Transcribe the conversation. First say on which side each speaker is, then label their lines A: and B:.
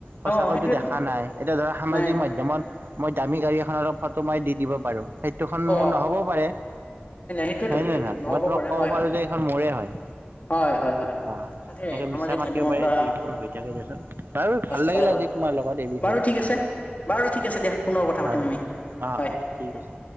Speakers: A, on the right; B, on the left.
A: সঁচাকৈটো
B: অ সেইটোয়েতো
A: দেখা নাই এতিয়া ধৰা সামাজিক
B: নাই
A: মাধ্যমত মই দামী গাড়ী এখনৰ অলপ ফটো মাৰি দি, দিব পাৰোঁ সেইটো খন
B: অ
A: মোৰ নহ'বও পাৰে। নাই,
B: সেইটোয়েতো
A: নাই,
B: সেইটোতো
A: নাই,
B: নহ'ব
A: মই তোমাক
B: পাৰে
A: ক'ব
B: হয়
A: পাৰো
B: হয়
A: যে এইখন মোৰে হয়।
B: হয় হয় হয়
A: অ,
B: তাকে
A: এনেকে
B: সামাজিক
A: মিছা মাতিব
B: মাধ্যমৰ
A: পাৰে
B: পৰা
A: যিবোৰ হৈ থাকে দিয়াচোন। বাৰু ভাল লাগিল
B: চাই বাৰু
A: আজি তোমাৰ লগত এই বিষয়ে
B: বাৰু ঠিক আছে বাৰু ঠিক আছে দিয়া পুনৰ কথা
A: হয়
B: পাতিম
A: হয়
B: আমি।
A: অ',
B: হয়
A: অ', ঠিক আছে।